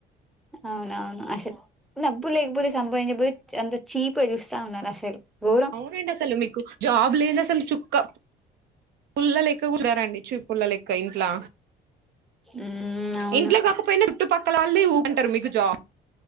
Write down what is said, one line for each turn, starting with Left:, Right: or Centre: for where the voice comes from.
Centre: అవునవును అసలు నబ్బులేయిపోతే సంభవించ పోతే అంత చీపుగా చూస్తా ఉన్నారు అసలు ఎవరు
Right: అవునండి అసలు మీకు జాబ్ లేంది అసలు చుక్క పుల్ల లెక్క కుడారండి చూ పుల్ల లెక్క ఇంట్లా
Centre: ఉమ్ అవును
Right: ఇంట్లో కాకపోయినా చుట్టుపక్కల వాళ్ళది ఊ అంటారు మీకు జాబ్